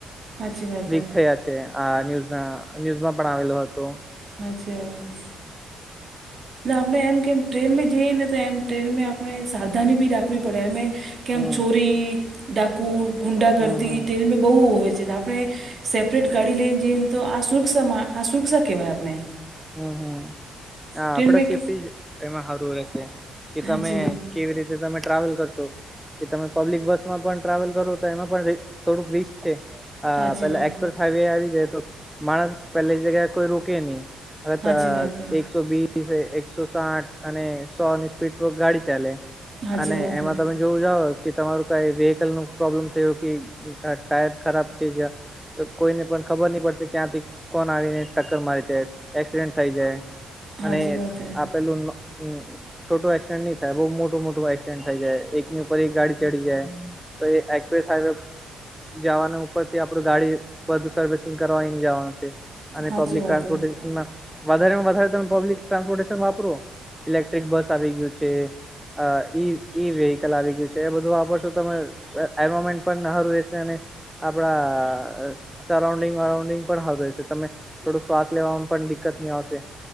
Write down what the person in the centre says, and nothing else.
વીક
થયા છે આ ન્યૂઝમાં ન્યૂઝમાં પણ આવેલો હતો.
હમ
હમ
હમ
હમ હમ આપડે
સેફ્ટી એમાં સારું રહેશે કે તમે.
કેવી રીતે તમે ટ્રાવેલ કરશો. કે તમે પબ્લિક બસમાં પણ ટ્રાવેલ કરો તો એમાં પણ થોડુંક રિસ્ક છે. હા
પેલા
એક્સપ્રેસ હાઈવે આવી જાય તો માણસ પેલે એ જગ્યા કોઈ રોકે નહી. અગ
એકસો બીસ એકસો સાઠ. અને સોની સ્પીડ પર ગાડી ચાલે
અને
એમાં
તમે. જોવું જાાવ કે તમારું કઈ વેહકલ નું પ્રોબ્લેમ થયો કે ટાયર ખરાબ થઈ ગયા. તો કોઈને પણ ખબર નહી પડશે ક્યાંથી કોણ આવીને ટક્કર મારી જાય. એક્સિડેન્ટ થઈ જાય
અને
આપેલું. છોટું એક્સિડેન્ટ નહી થાય બહુ મોટું મોટું એક્સિડેન્ટ થઈ જાય એકની ઉપર એક ગાડી ચડી જાય. તો એ એક્સપ્રેસ હાઇવે જવાનું ઉપર થી આપડું ગાડી બધુ સર્વિસિંગ કરવા ન જવાનું છે. અને
પબ્લિક
ટ્રાન્સપોર્ટેશનમાં
વધારેમાં વધારે તમે પબ્લિક ટ્રાન્સપોર્ટેશન વાપરો. ઇલેક્ટ્રિક બસ આવી ગયું છે. અ ઈ ઈ વેહકલ આવી ગયું છે એ બધું વાપરશો તમે. એમોમેન્ટ પણ નારું છે અને. આપણા સરાઉન્ડિંગ વરાઉન્ડિંગ પણ હવે છે તમે. થોડોક શ્વાસ લેવામાં પણ દિકકત નહી આવશે